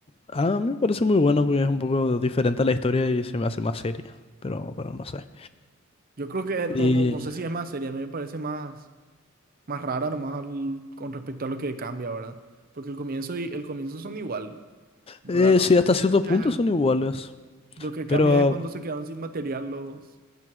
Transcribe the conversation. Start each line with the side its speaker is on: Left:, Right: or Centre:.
Left: Ah, a mí me parece muy buena porque es un poco diferente a la historia y se me hace más seria, pero, pero no sé.
Right: Yo creo que no,
Left: Y
Right: no, no sé si es más seria, a mí me parece más, más rara nomás al- con respecto a lo que cambia, ¿verdad? Porque el comienzo y el comienzo son igual, ¿verdad?
Left: eh,
Right: Lo
Left: sí,
Right: único
Left: hasta
Right: que
Left: cierto
Right: cambia
Left: punto
Right: es, hasta-
Left: son iguales.
Right: lo que cambia
Left: Pero
Right: es cuando se quedaron sin material los